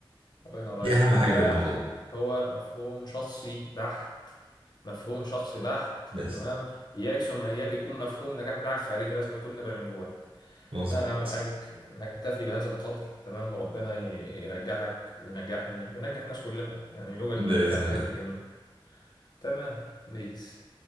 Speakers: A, on the left; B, on the right.
A: الله ينور عليك
B: دي أهم
A: النجاح
B: حاجة في الموضوع
A: هو مفهوم شخصي بحت مفهوم شخصي بحت
B: بس
A: تمام إياك ثم إياك يكون مفهوم النجاح بتاعك خارجي لازم يكون نابع من جواك
B: مظبوط
A: تمام يا عم الحاج نكتفي بهذا القدر تمام وربنا ي- ينجحك وينجحني وينجح الناس كلها يعني يوجد
B: بإذن
A: من النجاح
B: الله
A: ما يكفي الجميع تمام بيس